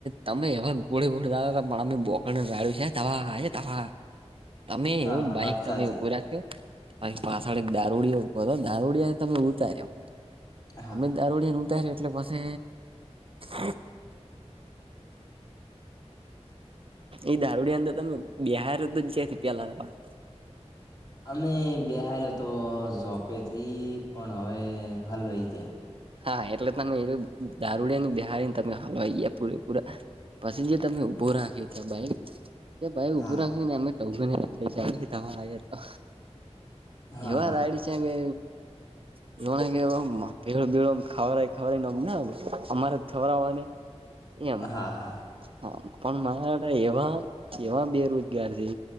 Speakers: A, on the right; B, on the left.
A: તમે એવા ગોડે ગોડ પણ અમે બોક રાડ્યું છે ધ્વાહા ધ્વાહા તમે
B: હા
A: એવું
B: હા
A: જ બાઈક
B: વાત
A: તમે
B: સાચી
A: ઉભુ રાખ્યું. બાઈક પાછળ એક દારૂડિયો ઊભો હતો દારૂડિયા ને તમે ઉતાર્યો
B: હા
A: અમે દારોડીને ઉતારયો એટલે પસે <inaudible> એ દારૂડિયા અંદર તમે બેહારયો તો જ જ્યાંથી પેલા હતા વાત
B: અમે બિહાર્યો તો ઝોપેથી પણ હવે હલવાઈ ગયા.
A: હા એટલે તમે એ દારૂડિયા ને બેહારીને તમે હલવાઈ ગયા પૂરે પૂરા પસે જે તમે ઉભો રાખ્યો ત્યાં બાઈક એ બાઇક ઊભું
B: હા
A: રાખ્યું ને અમે ટગને ધવલ આયો તો
B: હા
A: એવા
B: હા
A: રાયડી છે કે <unintelligible> એલો બેડો ખાવય ખાવયનેમ અમારે જ ખવરવાની એમ
B: હા હા
A: હા પણ મારા એવા એવા બેરોજગાર છે.